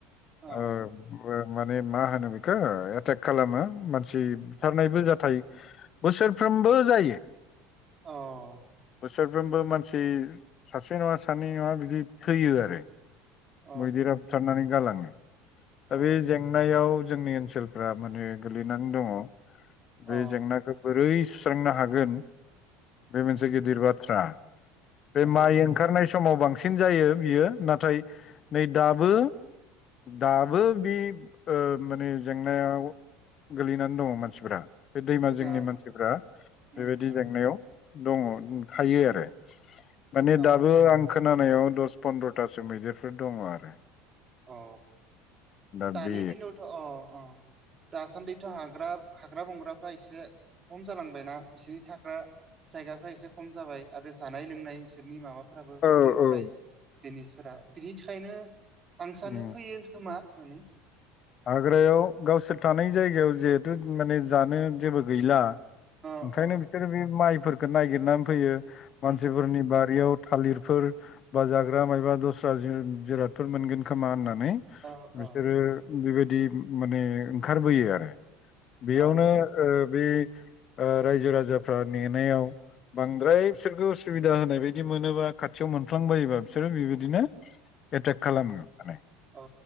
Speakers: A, on the right (about 30°); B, on the left (about 40°).
A: अ
B: ओ ओ माने मा होनो बेखो एटेक खालामो मानसि बुथारनायबो
A: अ
B: जाथाय बोसोरफ्रोमबो जायो
A: औ
B: बोसोरफ्रोमबो मानसि सासे नङा सानै नङा बिदि थैयो आरो
A: अ
B: मैदेरा बुथारनानै गालाङो दा
A: अ
B: बे जेंनायाव जोंनि ओनसोल फोरा माने गोलैनानै दङ' बे
A: औ
B: जेंनाखो बोरै सुस्रांनो हागोन बे मोनसे गिदिर बाथ्रा बे
A: नंगौ
B: माइ
A: नंगौ
B: ओंखारनाय समाव बांसिन जायो बियो नाथाय नै दाबो दाबो बि ओ माने जेंनायाव गोलैनानै दङ' मानसिफ्रा बे दैमा जोंनि
A: ओ
B: मानसिफ्रा
A: उम
B: बेबायदि
A: उम
B: जेंनायाव दङ' थायो आरो माने
A: अ
B: दाबो आं खोनानायाव दस पन्द्र'थासो मैदेरफोर दङ' आरो
A: अ
B: दा
A: दानि
B: बे
A: दिनावथ' अ अ दासान्दिथ' हाग्रा हाग्रा बंग्राफ्रा एसे खम जालांबायना बिसोरनि थाग्रा जायगाफ्रा एसे खम जाबाय आरो जानाय लोंनाय बिसोरनि माबा फोराबो
B: औ
A: खमिबोबाय
B: औ
A: जिनिसफोरा बिनि थाखायनो आं सानो
B: उम
A: फैयो खोमा होननानै
B: हाग्रायाव गावसोर थानाय जायगायाव जिहेथु माने जानो जेबो गैला
A: अ
B: ओंखायनो
A: अ
B: बिसोरो बे माइफोरफोरखौ नायगिरनानै फैयो मानसिफोरनि
A: उम उम
B: बारियाव थालिरफोर बा जाग्रा मायबा दस्रा जिरादफोर मोनगोन खोमा होननानै
A: अ
B: बिसोरो
A: अ
B: बेबायदि माने ओंखारबोयो आरो बेयावनो
A: अ
B: बे रायजो राजाफ्रा नेनायाव बांद्राय बिसोरखौ उसुबिदा होनाय बायदि मोनोबा खाथियाव मोनफ्लांबायोबा बिसोरो बेबायदिनो एटेक खालामो माने
A: अ